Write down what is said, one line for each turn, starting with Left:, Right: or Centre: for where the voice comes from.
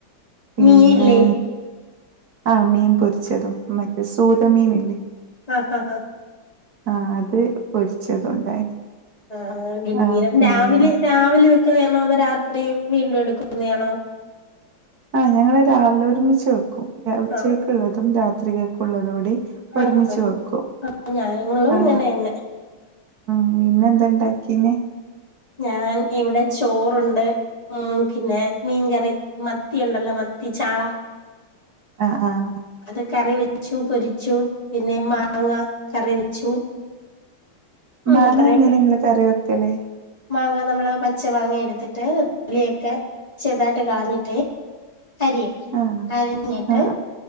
Right: പിന്നെ
Left: മീനില്ലേ
Right: ആഹ് മീൻ പൊരിച്ചതും മറ്റേ സൂത മീൻ ഇല്ലേ
Left: ആ ആാ ആാ
Right: ആഹ അത് പൊരിച്ചതുണ്ടായിന്
Left: ആ ഗംഭീരം
Right: ആഹ് പിന്നെ
Left: രാവിലെ രാവിലെ വെക്കുന്നയാണോ? അതോ രാത്രി വീണ്ടും എടുക്കുന്നതാണോ
Right: ആഹ് ഞങ്ങള് രാവിലെ ഒരുമിച്ച് വെക്കും ഉച്ചക്കുള്ളതും
Left: ആഹ്
Right: രാത്രികൾക്കുള്ളതും കൂടി ഒരുമിച്ച്
Left: ആഹ് ആഹ്
Right: വെക്കും
Left: ഞങ്ങളും
Right: ആ
Left: ഇങ്ങനെ തന്നെ
Right: ഉ പിന്നെന്തണ്ടാ ക്കിന്
Left: ഞാൻ ഇവിടെ ചോറുണ്ട് ഉം പിന്നെ മീൻകറി മത്തി ഉണ്ടല്ലോ മത്തി ചാള
Right: ആഹ ആഹ
Left: അത് കറി വെച്ചു പൊരിച്ചു പിന്നെ മാങ്ങ കറി വെച്ചു ഉം
Right: മാങ്ങ
Left: അത്രയൊക്കെ
Right: എങ്ങനെ നിങ്ങള് കറി വെക്കല്
Left: മാങ്ങ നമ്മള് പച്ച മാങ്ങ എടുത്തിട്ട് തൊലിയൊക്കെ ചെറതായിട്ട് കളഞ്ഞിട്ട് അരിയും
Right: ആഹ്
Left: അരിഞ്ഞിട്ട്
Right: ആഹ്